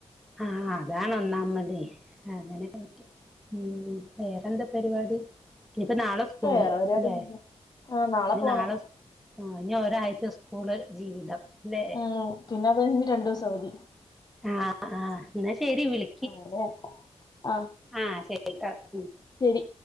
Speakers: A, in the centre; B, on the left.
A: ആഹ് അതാണ് ഒന്നാമത് അതിനെക്കെ പറ്റും ഉം വേറെന്താ പരിപാടി ഇനിയിപ്പോ നാളെ സ്കൂള്
B: വേറെ പരിപാടിയൊന്നുമില്ല
A: ല്ലേ
B: ആ
A: ഇനി
B: പോണം
A: നാളെ സ്കൂ ആഹ് ഇഞ്ഞി ഒരാഴ്ച സ്കൂള് ജീവിതം അല്ലെ
B: ഉം പിന്നെ അത് കഴിഞ്ഞു രണ്ടു ദിവസം അവധി
A: ആഹ് ആഹ് ഇന്നാ ശെരി വിളി
B: അതെ അതെ ആഹ്
A: ആഹ് ശരി ട്ടോ ഉം
B: ശരി